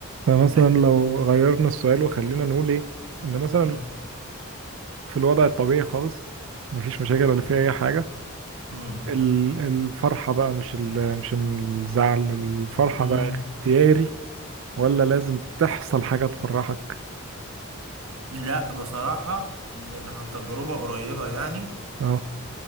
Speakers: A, on the right; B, on the right.
A: فمثلا
B: لكن
A: لو غيرنا السؤال وخلينا نقول ايه ان مثلا
B: مم.
A: في الوضع الطبيعي خالص مفيش مشاكل ولا
B: مم.
A: في اي حاجه
B: مم.
A: ال- الفرحه بقى مش ال- مش الزعل الفرحه
B: مم.
A: بقى اختياري ولا لازم تحصل حاجه تفرحك
B: لا بصراحة ومن عن تجربة قريبة يعني
A: اه